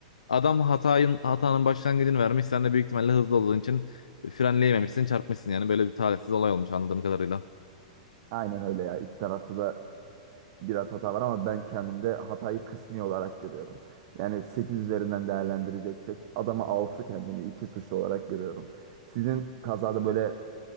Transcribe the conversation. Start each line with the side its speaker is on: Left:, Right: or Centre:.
Left: Adam hatayın, hatanın başlangıcını vermiş. Sen de büyük ihtimalle hızlı olduğun için frenleyememişsin, çarpmışsın yani. Böyle bir talihsiz olay olmuş anladığım kadarıyla.
Right: Aynen öyle ya. İki tarafta da biraz hata var ama ben kendimde hatayı kısmi olarak görüyorum. Yani 8 üzerinden değerlendireceksek adama altı kendimi 2 suçlu olarak görüyorum. Sizin kazada böyle